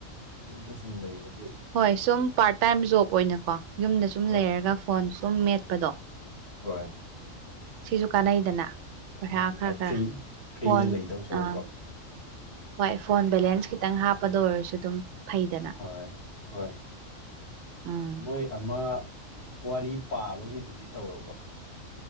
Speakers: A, on the left (about 70°); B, on the right (about 70°).
A: ꯌꯨꯝꯗꯥ ꯁꯨꯝ ꯂꯩꯕꯒꯤ
B: ꯍꯣꯏ ꯁꯨꯝ ꯄꯥꯔꯠ ꯇꯥꯏꯝ ꯖꯣꯕ ꯑꯣꯏꯅꯀꯣ ꯌꯨꯝꯗꯥ ꯁꯨꯝ
A: ꯍꯣꯏ
B: ꯂꯩꯔꯒꯥ ꯐꯣꯟ ꯁꯨꯝ ꯃꯦꯠꯄꯗꯣ
A: ꯍꯣꯏ
B: ꯁꯤꯖꯨ ꯀꯥꯟꯅꯩꯗꯅ ꯄꯩꯁꯥ
A: ꯎꯝ
B: ꯈꯔ ꯈꯔ
A: ꯐ꯭ꯔꯤ ꯐ꯭ꯔꯤꯗ
B: ꯐꯣꯟ
A: ꯂꯩꯗꯧ ꯁꯔꯨꯛꯀꯣ
B: ꯑꯥ ꯍꯣꯏ ꯐꯣꯟ ꯕꯦꯂꯦꯟꯁ ꯈꯤꯇꯪ ꯍꯥꯞꯄꯗꯥ ꯑꯣꯏꯔꯁꯨ ꯑꯗꯨꯝ ꯐꯩꯗꯅ
A: ꯍꯣꯏ ꯍꯣꯏ
B: ꯎꯝ
A: ꯃꯣꯏ ꯑꯃ ꯋꯥꯔꯤ ꯄꯥꯕꯒꯤꯗꯨꯗꯤ ꯇꯧꯔꯕꯣ